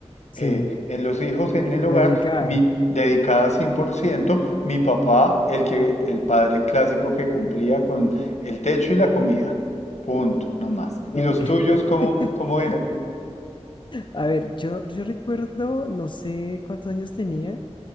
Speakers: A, on the left (about 45°); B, on the left (about 90°).
A: sí.
B: eh, en los hijos, en el hogar,
A: Dedicada.
B: mi dedicada 100% mi
A: Sí.
B: papá, el que, el padre clásico que cumplía con el techo y la comida. Punto, no más. ¿Y
A: Ok.
B: los tuyos cómo,
A: <laughs>
B: cómo eran?
A: A ver, yo, yo recuerdo, no sé cuántos años tenía.